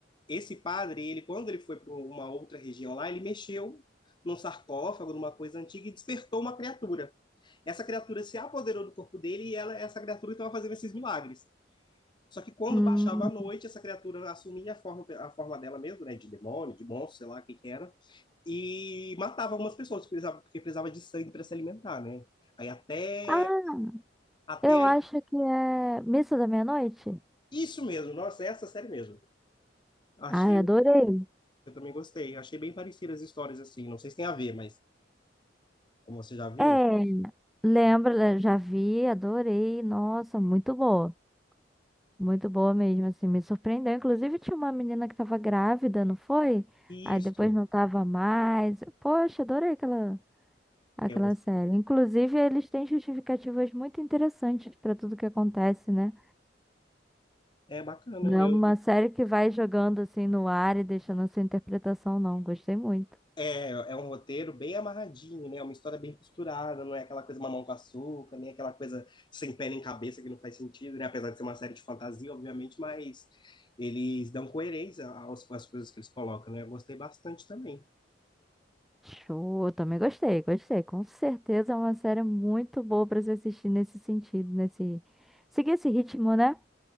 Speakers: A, on the left (about 25°); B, in the centre.
A: esse padre, ele quando ele foi para uma outra região lá, ele mexeu num sarcófago, numa coisa antiga, e despertou uma criatura. Essa criatura se apoderou do corpo dele e ela, essa criatura estava fazendo esses milagres. Só que quando
B: Hum,
A: baixava a noite, essa criatura assumia a forma, a forma dela mesmo, né? De demônio, de monstro, sei lá o que, que era. E matava algumas pessoas, porque precisava, porque precisava de sangue para se alimentar, né? Aí até,
B: ah,
A: até
B: eu
A: aí...
B: acho que é Missa da Meia-Noite.
A: Isso mesmo, nossa, essa série mesmo. Achei,
B: Ai, adorei.
A: eu também gostei. Achei bem parecidas as histórias, assim. Não sei se tem a ver, mas Como você já viu?
B: É, lembra, já vi, adorei. Nossa, muito boa. Muito boa mesmo, assim, me surpreendeu. Inclusive, tinha uma menina que tava grávida, não foi?
A: Isso.
B: Aí depois não tava mais. Poxa, adorei aquela, aquela
A: Eu-
B: série. Inclusive, eles têm justificativas muito interessantes pra tudo que acontece, né?
A: é bacana.
B: Não
A: Eu,
B: é uma série que vai jogando assim no ar e deixando a sua interpretação, não. Gostei muito.
A: é, é um roteiro bem amarradinho, né? É uma história bem costurada, não é aquela coisa mamão com açúcar, nem aquela coisa sem pé nem cabeça que não faz sentido, né? Apesar de ser uma série de fantasia, obviamente, mas eles dão coerência aos- às coisas que eles colocam, né? Eu gostei bastante também.
B: Show, também gostei, gostei. Com certeza é uma série muito boa pra se assistir nesse sentido, nesse. Seguir esse ritmo, né?